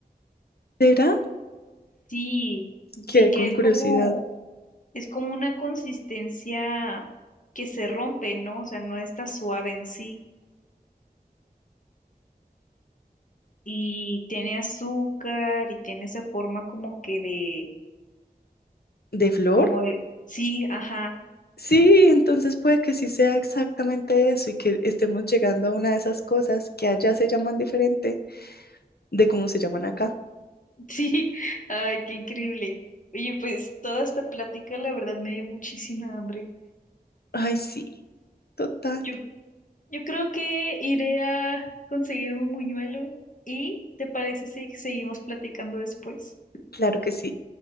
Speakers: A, on the left (about 75°); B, on the left (about 55°).
A: ¿Será
B: Sí,
A: que
B: sí que
A: con
B: es
A: curiosidad
B: como, es como una consistencia que se rompe, ¿no? O sea, no está suave en sí y tiene azúcar y tiene esa forma como que de
A: de flor?
B: Como de, sí, ajá,
A: Sí, entonces puede que sí sea exactamente eso y que estemos llegando a una de esas cosas que allá se llaman diferente de cómo se llaman acá.
B: <laughs> sí, ay, qué increíble. Oye, pues toda esta plática la verdad me dio muchísima hambre.
A: Ay, sí, total,
B: Yo, yo creo que iré a conseguirme un buñuelo y ¿te parece si seguimos platicando después?
A: claro que sí.